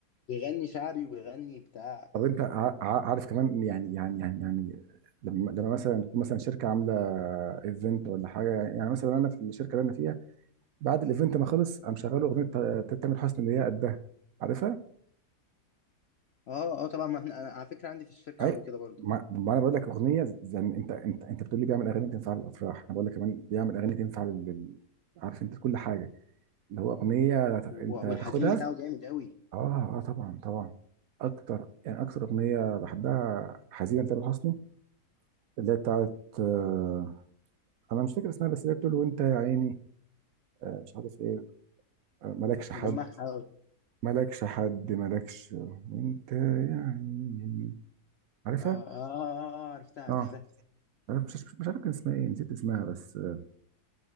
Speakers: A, on the left; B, on the right.
A: بيغني شعبي وبيغني بتاع
B: طب انت ع- ع- عارف كمان يعني يعني يعني يعني لما لما مثلا تكون مثلا شركه عامله ايفنت ولا حاجه يعني مثلا انا في الشركه اللي انا فيها بعد الايفنت ما خلص قام شغال اغنيه ت- تامر حسني اللي هي قدها عارفها؟
A: اه اه طبعا ما احنا انا على فكره عندي في الشركه
B: اي
A: عملوا كده برضو
B: ما, ما انا بقول لك اغنيه زي يعني انت انت انت بتقول لي بيعمل اغاني تنفع للافراح انا بقول لك كمان بيعمل اغاني تنفع لل لل- عارف انت كل حاجه اللي هو أغنية
A: و-
B: أنت
A: والحزين
B: تاخدها
A: بتاعه جامد قوي
B: آه آه طبعا طبعا أكتر يعني أكتر أغنية بحبها حزينة تامر حسني اللي هي بتاعت آه أنا مش فاكر اسمها بس اللي هي بتقول وأنت يا عيني آه مش عارف إيه آه مالكش
A: مش
B: حد
A: مجمعها قوي
B: مالكش حد مالكش وأنت يا عيني عارفها؟
A: آه, آه, آه, اه عرفتها عرفتها
B: آه عارف- مش مش عارف كان اسمها إيه نسيت اسمها بس آه